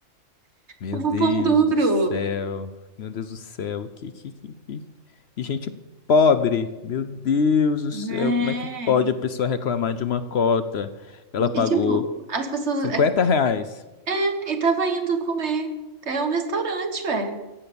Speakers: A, on the left; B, on the right.
A: Meu
B: o
A: Deus
B: pão duro.
A: do céu. Meu Deus do céu. Que, que, que, que... que gente pobre. Meu Deus do
B: É.
A: céu. Como é que pode a pessoa reclamar de uma cota? Ela pagou
B: E tipo, as pessoas.
A: cinquenta
B: É,
A: reais.
B: é, e tava indo comer. É um restaurante, ué.